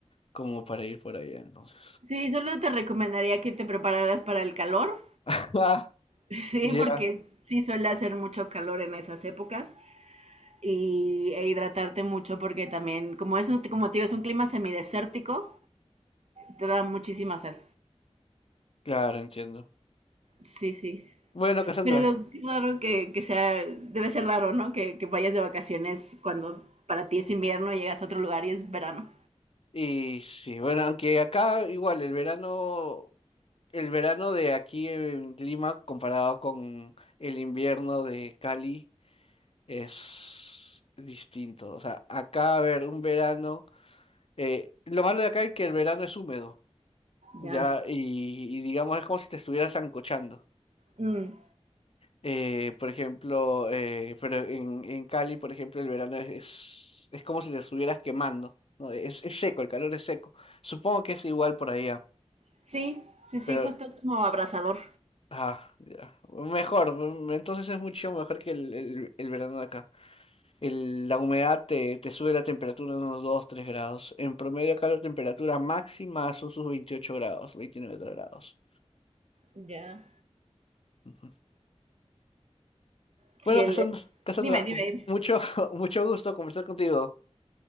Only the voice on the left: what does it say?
como para ir por allá, entonces.
<laughs> Ah,
ya.
Claro, entiendo.
Bueno, Cassandra.
Y sí, bueno, aunque acá igual el verano, el verano de aquí en Lima comparado con el invierno de Cali es distinto. O sea, acá, a ver, un verano, eh, lo malo de acá es que el verano es húmedo, ya,
y, y digamos es como si te estuvieras ancochando
Eh, por ejemplo, eh, pero en, en Cali, por ejemplo, el verano es, es, es como si te estuvieras quemando, ¿no? Es, es seco, el calor es seco. Supongo que es igual por allá,
pero
ah, ya. Mejor, mm, entonces es mucho mejor que el, el, el verano de acá. El- la humedad te, te sube la temperatura en unos 2 3 grados. En promedio acá la temperatura máxima son sus 28 grados, veintinueve grados.
Ujú.
Bueno,
Cassandra, Cassandra,
mucho, <laughs> mucho gusto conversar contigo.